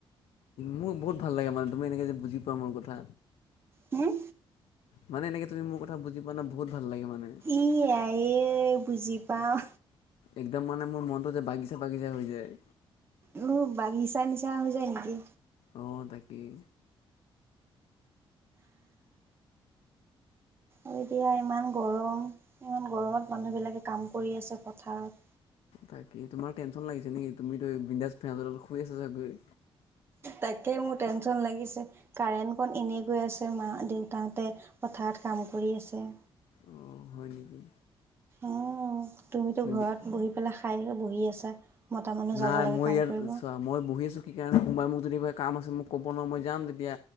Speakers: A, on the left; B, on the right.
A: মোৰ বহুত ভাল লাগে মানে তুমি এনেকে যে বুজি, পোৱা মোৰ কথা
B: হুম
A: মানে এনেকে তুমি মোৰ কথা বুজি পোৱা না বহুত ভাল লাগে মানে।
B: ই আই এ বুজি পাওঁ।
A: একদম মানে মোৰ মনটো যে বাগিচা বাগিচা হৈ যায়।
B: উম বাগিচা নিচিনা হৈ যায় নেকি?
A: অঁ তাকেই
B: আৰু এতিয়া ইমান গৰম ইমান গৰমত মানুহ বিলাকে কাম কৰি আছে পথাৰত।
A: তাকে তোমাৰ টেনচন লাগিছে নেকি তুমিতো বিন্দাছ ফেনৰ তলত শুই আছা চাগৈ
B: তাকে মোৰ টেনচন লাগিছে কাৰেণ্ট কন এনে গৈ আছে। মা দেউতাহঁতে পথাৰত কাম কৰি আছে
A: অঁ হয় নিকি
B: অ তুমিতো ঘৰত
A: বি-
B: বহি পেলাই খাই লৈ বহি আছা মতা মানুহ
A: নাই
B: যাব লাগে
A: মই
B: কাম
A: ইয়াত
B: কৰিব
A: চোৱা মই বহি আছোঁ এইকাৰণে কোনোবাই মোক যদি কয় কাম আছে মোক ক'ব ন মই যাম তেতিয়া